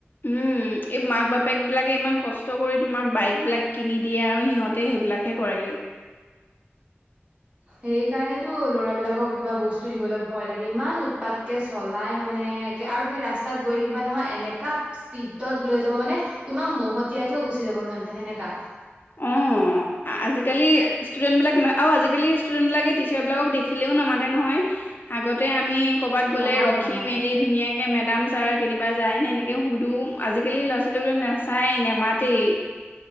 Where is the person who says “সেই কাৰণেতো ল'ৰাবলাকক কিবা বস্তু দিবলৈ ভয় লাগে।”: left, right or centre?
Right